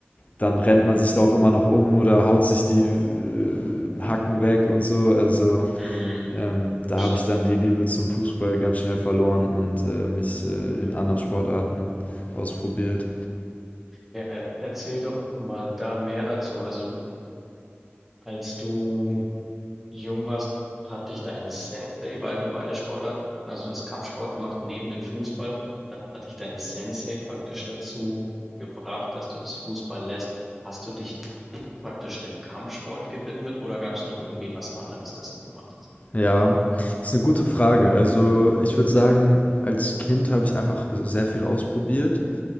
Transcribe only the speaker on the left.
dann rennt man sich da auch immer noch um oder haut sich die äh, Hacken weg und so. Also
ähm, da
habe ich dann die Liebe zum Fußball ganz schnell verloren und äh, mich äh,
in anderen Sportarten ausprobiert.
Ja, das ist eine gute Frage. Also ich würde sagen, als Kind habe ich einfach sehr viel ausprobiert